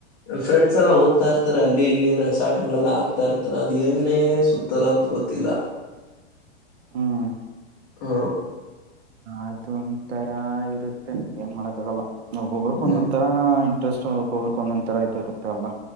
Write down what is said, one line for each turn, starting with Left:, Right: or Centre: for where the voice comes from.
Left: ಫ್ರೆಂಡ್ಸ್ ಎಲ್ಲ ಹೋಗ್ತಾ ಇರ್ತಾರೆ ಅಲ್ಲಿ ಇಲ್ಲಿ ರೇಸಾಟಗಳೆಲ್ಲ ಹಾಕ್ತಾ ಇರ್ತಾರೆ ಅದು ಹೆಂಗನೆ ಸು ತರತ್ ಗೊತ್ತಿಲ್ಲ.
Right: ಹ್ಮ.
Left: ಹ
Right: ಅತ್ ಒಂತರ ಇರತ್ತೆ ಏನ್ ಮಾಡಕ್ಕ ಆಗಲ್ಲ ಒಬ್ಬೊಬ್ರಕ ಒಂದೊಂದ
Left: ಹ
Right: ತರಾ ಸ್ಟ್ ಒಬ್ಬ್ರಕ ಒಂದೊಂದ ತರ ಇದು ಇರುತ್ತಲ್ಲ.